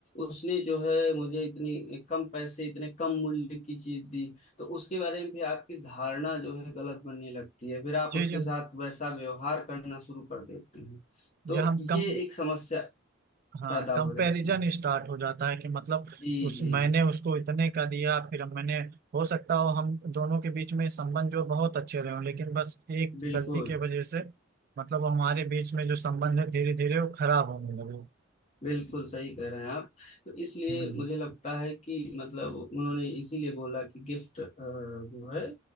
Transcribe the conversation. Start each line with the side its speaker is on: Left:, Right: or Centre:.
Left: उसने जो है मुझे इतनी कम पैसे इतने कम मूल्य की चीज दी तो उसके बारे में भी आपकी धारणा जो है गलत बनने लगती है फिर आप
Right: जी
Left: उसके
Right: जी
Left: साथ वैसा व्यवहार करना शुरू कर देते हैं तो
Right: ये हम कम
Left: ये एक समस्या
Right: हाँ
Left: पैदा
Right: कंपैरिजन
Left: हो जाती है
Right: स्टार्ट हो जाता है कि मतलब
Left: जी
Right: उस
Left: जी
Right: मैंने उसको इतने का दिया फिर मैंने हो सकता हो हम दोनों के बीच में संबंध जो बहुत अच्छे रहे हों लेकिन बस एक
Left: बिल्कुल
Right: गलती के वजह से मतलब हमारे बीच में जो संबंध है धीरे धीरे वो खराब होने लगे
Left: बिल्कुल सही कह रहे हैं आप तो इसलिए
Right: हम्म,
Left: मुझे लगता है कि मतलब उन्होंने इसीलिए बोला कि गिफ्ट जो है